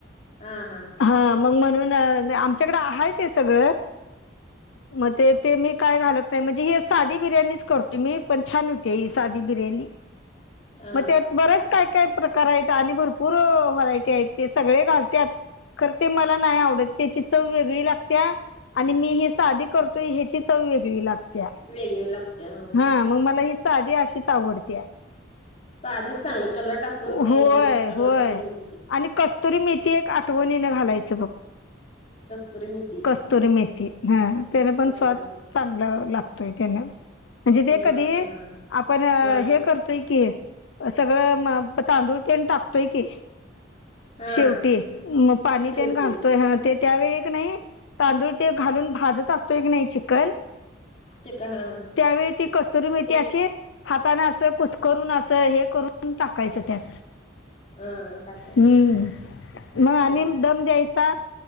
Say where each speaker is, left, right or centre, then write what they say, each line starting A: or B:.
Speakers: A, on the left; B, on the left.
A: अ हा.
B: हा मग म्हणून आमच्याकड आहे ते सगळं मग ते ते मी काय घालत नाय हे साधी बिर्याणीच करतो मी पण छान होते ही साधी बिर्याणी
A: हा
B: मग त्यात बरंच काय काय प्रकार आहेत आणि भरपूर व्हरायटी आहेत ते सगळे घालत्यात. खर ते मला नाय आवडत त्याची चव वेगळी लागत्या आणि मी हे साधी करतोय ह्याची चव वेगळी लागत्या.
A: वेगळी लागत्या हा.
B: हा मग मला हीस साधी अशीच आवडत्या.
A: साधीच चांगली नंतर ते कलर टाकून ते
B: होय
A: नंतर कलर
B: होय
A: च हे होते.
B: आणि कस्तुरी मेथी एक आठवणीने घालायचं बघ.
A: कस्तुरी मेथी
B: कस्तुरी मेथी हा. त्यान पण
A: हा
B: स्वाद चांगला लागतोय त्यान म्हणजे ते
A: लागतय
B: कधी
A: हा
B: आपण
A: हा
B: हे करतोय की अ सगळं म तांदूळ तेन टाक होय की,
A: हा
B: शेवटी मग पाणी
A: शेवटी
B: तेन घावतंय, हा ते. त्यावेळी की नाही, तांदूळ ते घालून भाजत असतो का नाही, चीक पण,
A: चिक हा हा
B: त्यावेळी ते कस्तुरी मेथी अशी हातानं असं, कुसकरून असं, हे करून टाकायचं त्यात.
A: हा टाकायची
B: हम्म! मग आणि
A: अ
B: दम द्यायचा